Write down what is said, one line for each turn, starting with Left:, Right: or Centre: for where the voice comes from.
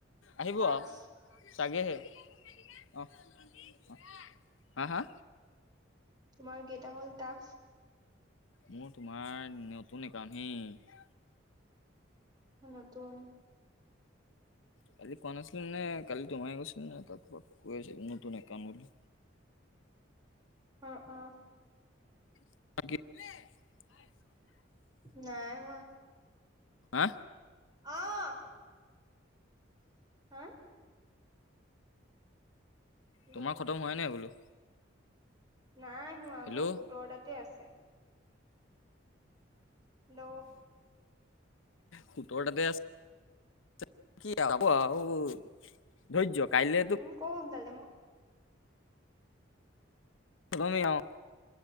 Left: আহিব
Right: টাস্ক
Left: আৰু চাগেহে অ', হা, হা।
Right: তোমাৰ কেইটা হ'ল টাস্ক?
Left: মোৰ তোমাৰ নতুন একাউণ্ট হেই।
Right: নতুন।
Left: কজি কোৱা নাছিলে নে, কালি তোমাকে কৈছিলোঁ নে, কাৰোবাক কৈ আছিলো নতুন একাউণ্ট বুলি।
Right: অ', অ'।
Left: <inaudible>
Right: নাই হোৱা।
Left: হা?
Right: অ'। হা? হেল্ল'
Left: তোমাৰ খতম হোৱাই নাই বোলো?
Right: নাই হোৱা
Left: হেল্ল'
Right: মোৰ সোতৰ তাতে আছে। হেল্ল'।
Left: সোতৰ তাতে আছে <unintelligible> ধৈৰ্য কাইলৈ তো
Right: <unintelligible> সোনকালে
Left: <unintelligible>